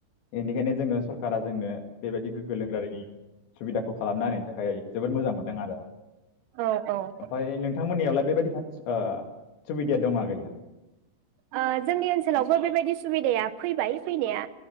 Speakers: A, on the left; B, on the right.
A: एनदिखायनो जोंङो सरकारा जोंनो बेबायदि गोग्गो लोंग्रा दैनि सुबिदाखौ खालामना होनायनि थाखाय जोबोद मोजां मोनदों आरो । ओमफाय
B: औ औ औ
A: नोंथांमोननियावलाय बेबायदि थाच ओ सुबिदाया दंङ गैया?
B: आ जोंनि ओनसोलावबो बेबायदि सुबिदाया फैबाय फैनाया